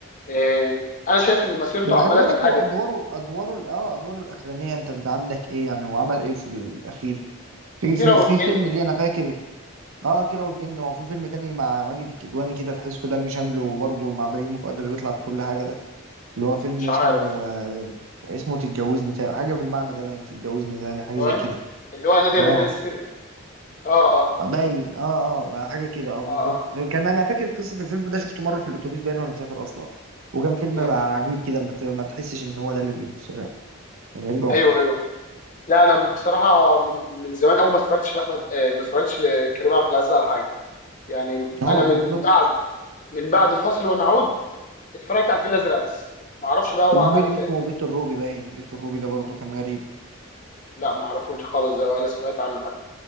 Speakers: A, on the left; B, on the right.
A: آه انا شايف ان مسيرته
B: بس
A: عماله
B: خلي بالك
A: تنحدر
B: هو ادواره ادواره ال- اه ادواره الاخرانيه انت بت- عندك ايه يعني هو عمل ايه في الاخير في في,
A: كيرة والجن
B: في فيلم ليه انا فاكر اه كيرة والجن وفي فيلم تاني مع ماجد الكدواني كده تحسه دم شامله وبرضه مع بيومي فؤاد اللي بيطلع في كل حاجه ده اللي هو فيلم
A: مش
B: اسمه
A: عارف
B: آه اسمه تتجوزني تاني حاجه بالمعنى ده باين تتجوزني تاني
A: والله
B: حاجه زي كده
A: اللي هو نادي
B: اه
A: الرجال السري اه اه
B: باين اه اه حاجه كده اه
A: اه
B: بالظبط
A: اه
B: كان انا فاكر قصه الفيلم ده شفته مره في الاتوبيس باين وانا مسافر اصلا وكان فيلم
A: مم.
B: عجيب كده ما ت- ما تحسش ان هو ده اللي بيمثل كان غريب قوي
A: ايوه ايوه لا انا بصراحه من من زمان قوي ما اتفرجتش لاحمد آه ما اتفرجتش لكريم عبد العزيز على حاجه يعني
B: اه
A: انا من
B: بالظبط
A: بعد من بعد فاصل ونعود اتفرجت على الفيل الازرق بس ما اعرفش بقى هو
B: وفي
A: عمل
B: فيلم
A: ايه تاني
B: اسمه بيت الروبي باين بيت الروبي ده برضه كان غريب
A: لا ما اعرفوش خالص ده ولا سمعت عنه حتى